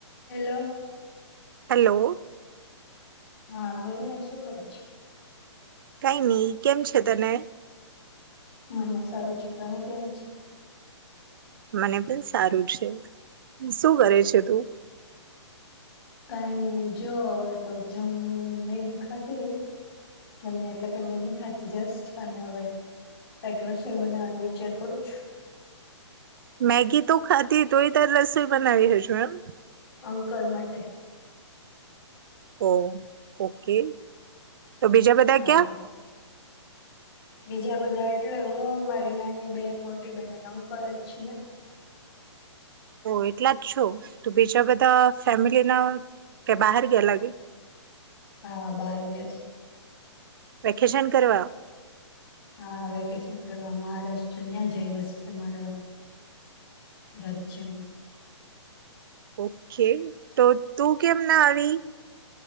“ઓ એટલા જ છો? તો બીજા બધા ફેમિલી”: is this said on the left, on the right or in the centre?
Right